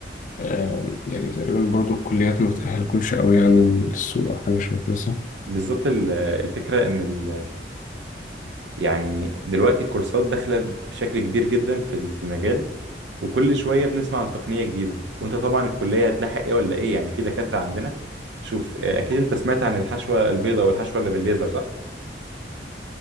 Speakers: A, on the left; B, on the right.
A: آه، يعني تقريبا برضو الكليات ما بتأهلكمش قوي يعني للسوق او حاجه شبه كده صح؟
B: بالظبط ال- الفكره ان ال يعني دلوقتي الكورسات داخله بشكل كبير جدا في ال- في المجال وكل شويه بنسمع عن تقنيه جديده وانت طبعا الكليه هتلاحق ايه ولا ايه يعني في دكاتره عندنا شوف آه، اكيد انت سمعت عن الحشوه البيضاء والحشوه اللي بالليزر صح